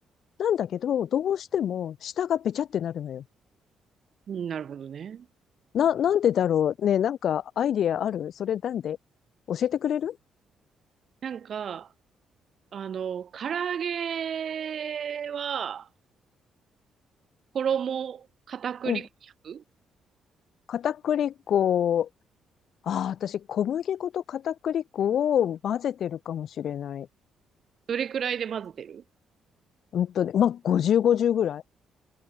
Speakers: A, on the left; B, on the right.
A: なんだけど、どうしても下がべちゃってなるのよ。
B: うんなるほどね。
A: な、なんでだろうね、なんかアイディアあるそれなんで教えてくれる
B: なんか、あの、唐揚げは、衣、片栗粉100
A: うん。片栗粉ああ、私、小麦粉と片栗粉を混ぜてるかもしれない。
B: どれくらいで混ぜてる
A: うんとね、まあ、50、50ぐらい。